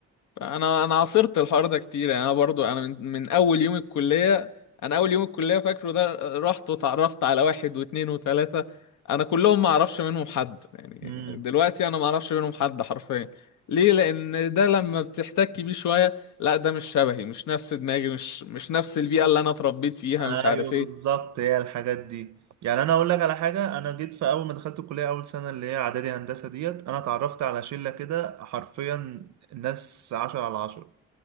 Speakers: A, on the left; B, on the right.
A: انا انا عاصرت الحوار ده كتير يعني انا برضو انا من, من اول يوم الكليه انا اول يوم الكليه فاكره ده رحت وتعرفت على واحد واثنين وثلاثه انا كلهم ما اعرفش منهم حد يعني
B: امم
A: دلوقتي انا ما اعرفش منهم حد حرفيا ليه لان ده لما بتحتك بيه شويه لا ده مش شبهي مش نفس دماغي مش مش نفس البيئه اللي انا اتربيت فيها
B: ايوه
A: مش عارف
B: بالظبط
A: ايه
B: هي الحاجات دي يعني انا اقول لك على حاجه انا جيت في اول ما دخلت الكليه اول سنه اللي هي اعدادي هندسه ديت انا اتعرفت على شله كده حرفيا ناس عشرة على عشرة